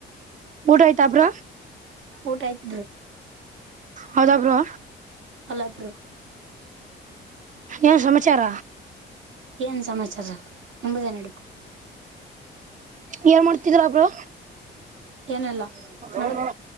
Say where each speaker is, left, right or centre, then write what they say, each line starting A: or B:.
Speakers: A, on the right; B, on the right.
A: ಊಟ ಆಯ್ತಾಬ್ರ
B: ಊಟ ಆತ್
A: ಹೌದಬ್ರು
B: ಅಲ್ಲಪ್ರ
A: ಏನ್ ಸಮಾಚಾರ
B: ಏನ್ ಸಮಾಚಾರ ಎಂಬುದೇ ನಡಿಪ
A: ಯಏಾರ್ ಮಾಡ್ತಿದ್ರಬ್ರು
B: ಏನಿಲ್ಲ ನಡ
A: ಅವ ಬ